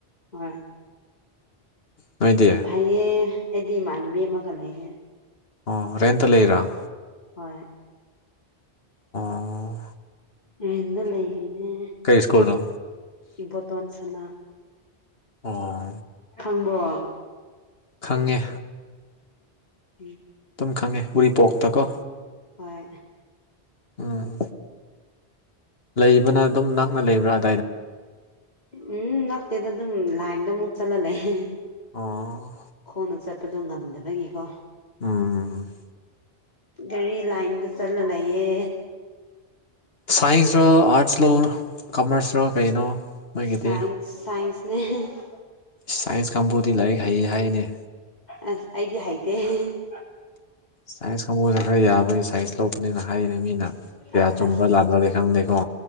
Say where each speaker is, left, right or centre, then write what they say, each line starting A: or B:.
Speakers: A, on the left; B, on the left.
A: ꯍꯣꯏ
B: ꯅꯣꯏꯗꯤ꯫
A: ꯎ ꯐꯩꯌꯦ ꯑꯩꯗꯤ ꯏꯃꯥꯟꯅꯕꯤ ꯑꯃꯒ ꯂꯩꯌꯦ꯫
B: ꯑꯣ ꯔꯦꯟꯇ ꯂꯩꯔꫭ꯫
A: ꯍꯣꯏ꯫
B: ꯑꫭ꯫
A: ꯔꯦꯟꯗ ꯂꯩꯔꯤꯅꯦ꯫
B: ꯀꯩ ꯁ꯭ꯀꯨꯜꯅꯣ꯫
A: ꯏꯕꯣꯇꫭꯟ ꯁꯅꯥ꯫
B: ꯑꯣ꯫
A: ꯈꯪꯕ꯭ꯔꯣ꯫
B: ꯈꯪꯉꯦ꯫
A: ꯎꯝ꯫
B: ꯑꯗꯨꯝ ꯈꯪꯉꯦ ꯎꯔꯤꯄꯣꯛꯇ ꯀꯣ꯫
A: ꯍꯣꯏ
B: ꯎꯝ꯫ ꯂꯩꯕꯅ ꯑꯗꯨꯝ ꯅꯛꯅ ꯂꯩꯕ꯭ꯔꯥ ꯑ
A: ꯎꯝ ꯅꯛꯇꯦꯗ ꯑꯗꯨꯝ ꯂꯥꯏꯡꯗ ꯃꯨꯠ ꯆꯜꯍꯜ ꯂꯩꯌꯦ꯫
B: ꯑꫭ꯫
A: ꯍꯣꯡꯅ ꯆꯠꯄꯗꯣ ꯉꯝꯗꯕꯒꯤꯀꯣ꯫
B: ꯎꯝ꯫
A: ꯒꯥꯔꯤ ꯂꯥꯏꯟꯗ ꯆꯠꯂ ꯂꯩꯌꯦ꯫
B: ꯁꯥꯏꯟꯁ ꯔꫭ ꯑꯥꯠꯁ ꯂꯧꯔꫭ ꯀꯃꯔꯁ ꯔꫭ ꯀꯩꯅꯣ꯫ ꯅꯣꯏꯒꯤꯗꯤ
A: ꯁꯥꯏꯟꯁ ꯁꯥꯏꯟꯁꯅꯦ꯫ <unintelligible>
B: ꯁꯥꯏꯟꯁ ꯀꯥꯡꯕꯨꯗꯤ ꯂꯥꯏꯔꯤꯛ ꯍꯩꯌꯦ ꯍꯥꯏꯅꯦ꯫
A: ꯑꯁ ꯑꯩꯗꯤ ꯍꯩꯇꯦ꯫ <unintelligible>
B: ꯁꯥꯏꯟꯁ ꯈꯪꯕꯨꯣꯏꯗ ꯈꯔ ꯌꯥꯕꯒꯤ ꯁꯥꯏꯟꯁ ꯂꯧꯕꯅꯤꯅ ꯍꯥꯏꯔꯤꯔ ꯃꯤꯅ꯫ ꯀꯌꯥ
A: ꯑꯁ
B: ꯆꯨꯝꯕ꯭ꯔꯥ
A: ꯑꯁ
B: ꯂꯥꯟꯕ꯭ꯔꯗꯤ ꯈꯪꯗꯦꯀꯣ